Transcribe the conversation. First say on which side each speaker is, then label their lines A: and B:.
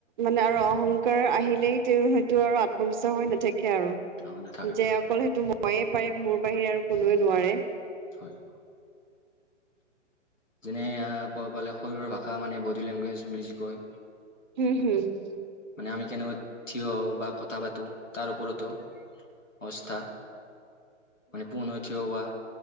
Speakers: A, on the right (about 40°); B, on the left (about 90°).
A: মানে আৰু অহংকাৰ আহিলেই তেওঁ সেইটো আৰু আত্মবিশ্বাস হৈ নাথাকে আৰু
B: অ নাথাকে
A: যে অকল সেইটো মইে পাৰি মোৰ বাহিৰে আৰু কোনোৱে নোৱাৰে
B: হয় যেনে কব পালে শৰীৰৰ ভাষা মানে বডি লেংগুৱেজ বুলি কয়
A: হম হুম হুম
B: মানে আমি কেনেকৈ থিয় হওঁ বা কথা পাতো তাৰ ওপৰতো অৱস্থা মানে পুণ থিয় হোৱা